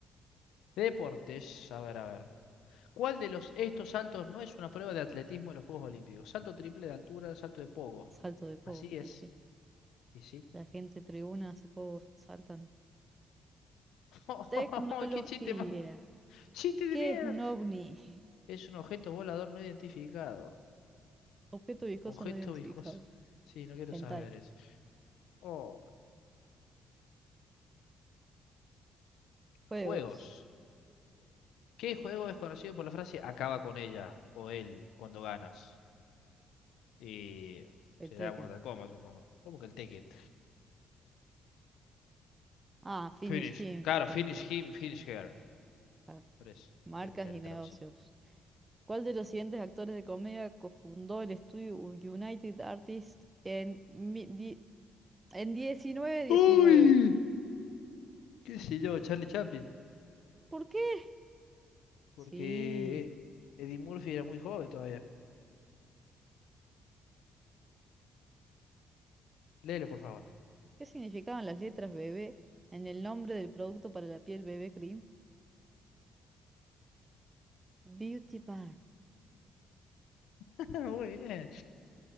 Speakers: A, on the left; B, on the right.
A: Deportes, a ver, a ver. ¿Cuál de los estos saltos no es una prueba de atletismo en los Juegos Olímpicos? Salto triple de altura, salto de pogo.
B: Salto de povo,
A: Así es.
B: y sí.
A: Y sí.
B: La gente tribuna hace povo, saltan.
A: <laughs>
B: Tecnología.
A: ¡Qué chiste más! ¡Chiste de
B: ¿Qué
A: mierda!
B: es un ovni?
A: Es un objeto volador no identificado.
B: Objeto viscoso
A: Objeto
B: no identificado.
A: viscoso. Sí, no quiero
B: Hentai.
A: saber eso. Oh,
B: Juegos.
A: juegos. ¿Qué juego es conocido por la frase acaba con ella o él cuando ganas? Y
B: El
A: será
B: Tekken.
A: Mortal Kombat, supongo. ¿Cómo que el Tekken?
B: Ah, Finish
A: Finish.
B: Him.
A: Claro,
B: Tiene
A: finish
B: sentido.
A: him, finish her.
B: Ah,
A: Por eso,
B: Marcas
A: tiene tiene
B: y negocios.
A: traducido.
B: ¿Cuál de los siguientes actores de comedia cofundó el estudio United Artists en, mi- di- en 1919?
A: Uy, qué sé yo, Charlie Chaplin.
B: ¿Por qué?
A: Porque
B: Sí.
A: eh, Eddie Murphy era muy joven todavía. Léelo, por favor.
B: ¿Qué significaban las letras bebé en el nombre del producto para la piel bebé cream? Beauty Bar.
A: <laughs> Muy bien.